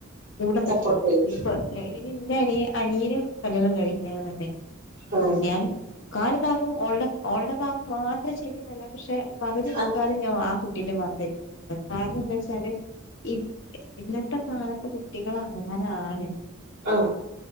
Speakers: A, on the left; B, on the right.
A: കൂടെ നിൽക്കനിപ്പോ
B: സപ്പോർട്ട് ചെയ്യും
A: ന്റെ അനിയന് കല്യാണം കഴിക്കെന്നുണ്ടെങ്കിൽ
B: ആഹ്
A: ഞാൻ മുക്കാൽ ഭാഗം ഓളുടെ ഓളുടെ ഭാഗം മാത്രം അത്ര ശരിയുന്നല്ല പക്ഷെ പകുതി നിൽക്കാലും
B: ആഹ്
A: ഞാൻ ആഹ് കുട്ടി ബരിക്ക കുന്നത് കാരണം എന്താ വച്ചാല് ഇ ഇന്നത്തെ കാലത്ത് കുട്ടികൾ അങ്ങനാണ്
B: ആഹ്